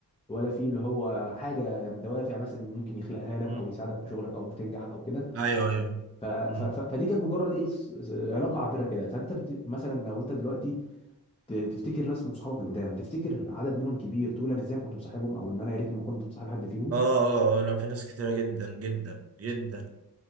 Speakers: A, on the left; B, on the right.
A: ولا في اللي هو حاجه يعني دوافع مثلا ممكن يخلقها لك
B: مم.
A: او يساعدك في شغلك او في تنجح او كده
B: ايوه ايوه
A: ف... ف...
B: مم.
A: ف... فدي كانت مجرد ايه س- س- علاقه عابره كده فانت بت... مثلا لو انت دلوقتي ت... تفتكر ناس من صحابك القدام تفتكر عدد منهم كبير تقول انا ازاي كنت مصاحبهم او ان انا يا ريتني ما كنت مصاحب حد فيهم
B: اه اه آه، لا في ناس كتيرة جدا جدا جدا